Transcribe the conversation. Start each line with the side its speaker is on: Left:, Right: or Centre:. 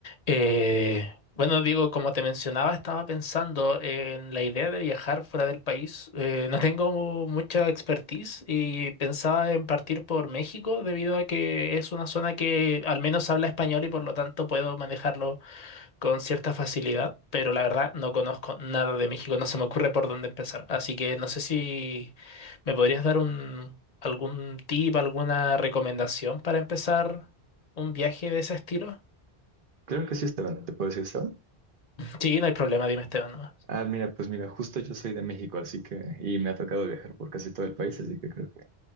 Left: Eh, bueno, digo, como te mencionaba, estaba pensando en la idea de viajar fuera del país. Eh, no tengo mucha expertise y pensaba en partir por México debido a que es una zona que al menos habla español y por lo tanto puedo manejarlo con cierta facilidad. Pero la verdad no conozco nada de México, no se me ocurre por dónde empezar. Así que no sé si me podrías dar un, algún tip, alguna recomendación para empezar un viaje de ese estilo.
Right: Claro que sí, Esteban. ¿Te puedo decir, Esteban?
Left: Sí, no hay problema, dime Esteban nomás.
Right: Ah, mira, pues mira, justo yo soy de México, así que, y me ha tocado viajar por casi todo el país, así que creo que